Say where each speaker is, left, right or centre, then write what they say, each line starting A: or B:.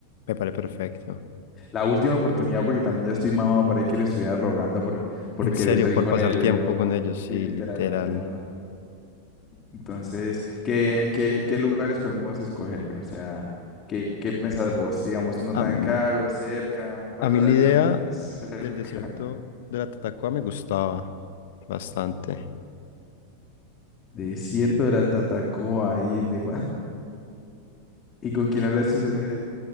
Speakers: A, on the left (about 55°); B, on the left (about 25°).
A: me parece perfecto.
B: La última oportunidad, porque también ya estoy mamado para que le estuviera rogando por, por
A: En
B: querer
A: serio,
B: salir
A: por
B: con
A: pasar
B: ellos,
A: tiempo
B: huevón.
A: con ellos, sí,
B: Sí, literalmente,
A: literal.
B: mano. Entonces, ¿qué, qué, qué lugares podemos escoger? O sea, ¿qué, qué pensás vos? Digamos, no
A: Am-
B: tan caro, cerca, bueno,
A: a mí
B: relativamente
A: la idea
B: cerca.
A: del desierto de la Tatacoa me gustaba bastante.
B: Desierto de la Tatacoa, ahí de cua- <laughs> ¿Y con quién hablaste ese